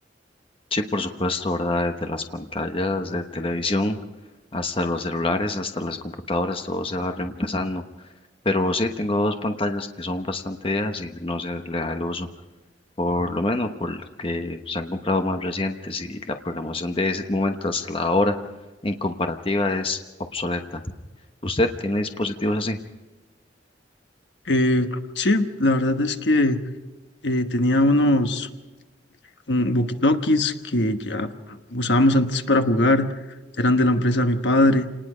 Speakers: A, on the left; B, on the left.
A: Sí, por supuesto, ¿verdad? Desde las pantallas de televisión hasta los celulares, hasta las computadoras, todo se va reemplazando. Pero sí, tengo dos pantallas que son bastante viejas y no se le da el uso. por lo menos porque se han comprado más recientes y la programación de ese momento hasta la hora en comparativa es obsoleta. ¿Usted tiene dispositivos así?
B: Eh, sí, la verdad es que eh, tenía unos un walkie-talkies que ya usábamos antes para jugar, eran de la empresa de mi padre.